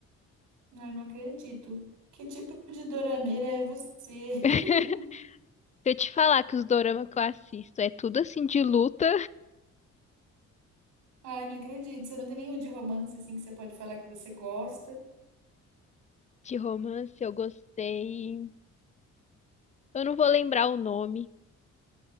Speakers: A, on the right; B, on the left.
A: Ai, não acredito. Que tipo de dorameira é você?
B: <laughs>
A: <laughs>
B: Se eu te falar que os dorama que eu assisto é tudo assim de luta,
A: Ai, não acredito. Você não tem nenhum de romance assim que você pode falar que você gosta?
B: de romance, eu gostei. Eu não vou lembrar o nome,